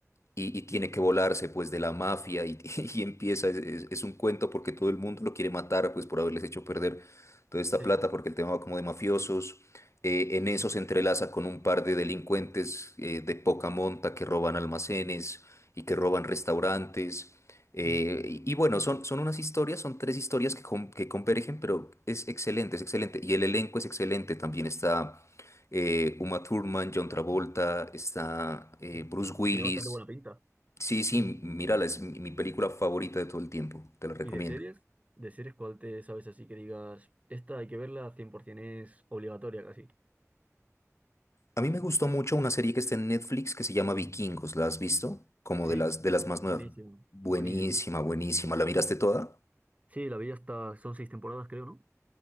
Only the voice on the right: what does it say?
Sí.
ujú,
sí.
Tiene bastante buena pinta.
Ujú.
¿Y de series? ¿De series cuál te sabes así que digas, esta hay que verla 100% es obligatoria casi?
Sí,
buenísimo,
buenísimo.
Sí, la vi hasta, son seis temporadas creo, ¿no?